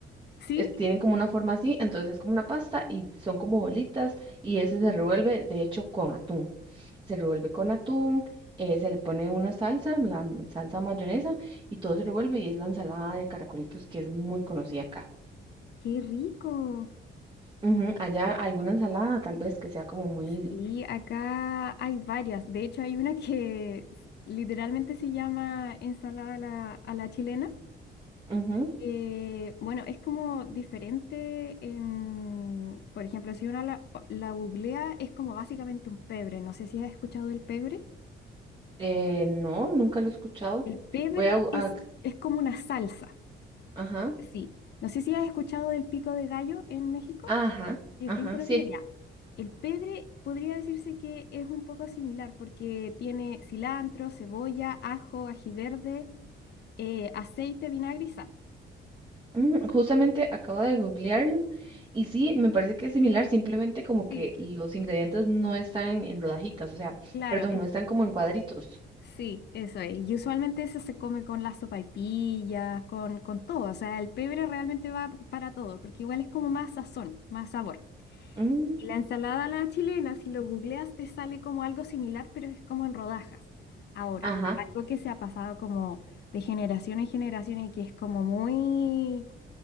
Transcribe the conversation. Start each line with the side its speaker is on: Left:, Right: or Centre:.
Left: ¿Sí?
Right: es- tienen como una forma así, entonces es como una pasta y son como bolitas y ese se revuelve, de hecho, con atún. Se revuelve con atún, eh, se le pone una salsa, la m- salsa mayonesa y todo se revuelve y es la ensalada de caracolitos que es muy conocida acá.
Left: ¡Qué rico!
Right: Ujú, Allá alguna ensalada tal vez que sea como muy...
Left: Sí, acá hay varias. De hecho, hay una que s- literalmente se llama ensalada a la, a la chilena.
Right: ujú.
Left: Eh, bueno, es como diferente en, por ejemplo, si uno la, la googlea, es como básicamente un pebre. No sé si has escuchado del pebre.
Right: Eh, no, nunca lo he escuchado.
Left: El pebre
Right: Voy a... bu-
Left: es,
Right: a-
Left: es como una salsa,
Right: ajá,
Left: así. No sé si has escuchado del pico de gallo en México,
Right: ajá,
Left: que es
Right: ajá,
Left: bien conocido
Right: sí.
Left: ya. <laughs> El pebre podría decirse que es un poco similar porque tiene cilantro, cebolla, ajo, ají verde, eh, aceite, vinagre y sal.
Right: Mm, Justamente acabo de googlearlo y sí, me parece que es similar, simplemente como que
Left: Sí.
Right: los ingredientes no están en rodajitas, o sea,
Left: Claro,
Right: perdón,
Left: es
Right: no están como en cuadritos.
Left: Sí, eso es. Y usualmente eso se come con las sopaipillas, con, con todo. O sea, el pebre realmente va para todo, porque igual es como más sazón, más sabor.
Right: Mm,
Left: Y la ensalada a la chilena, si lo googleas, te sale como algo similar, pero es como en rodajas. Ahora,
Right: ajá,
Left: algo que se ha pasado como de generación en generación y que es como muy